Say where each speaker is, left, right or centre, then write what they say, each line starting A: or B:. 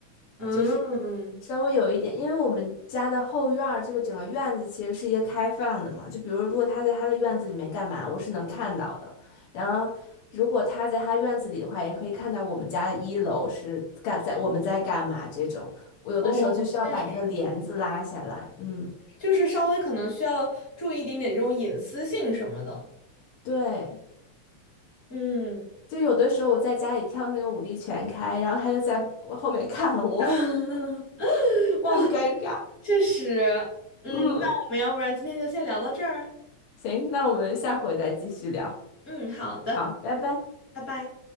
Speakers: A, on the left; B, on the left.
A: 嗯，
B: 就是。稍微有一点，因为我们家的后院儿这个整个院子其实是一个开放的嘛，就比如如果他在他的院子里面干嘛，我是能看到的。然后如果他在他院子里的话，也可以看到我们家的一楼是干在我们在干嘛这种。我有的时候就需要把那个帘子拉下来，
A: 哦，确实，
B: 嗯，
A: 就是稍微可能需要注意一点点这种隐私性什么的。
B: 对，
A: 嗯，
B: 就有的时候我在家里跳那个舞力全开，然后他就在我后面看我，
A: <laughs>
B: <laughs>
A: 哇，
B: 很尴尬。
A: 确实，嗯，
B: 嗯，
A: 那我们要不然今天就先聊到这儿。
B: 行，那我们下回再继续聊，
A: 嗯，好的，
B: 好，拜拜。
A: 拜拜。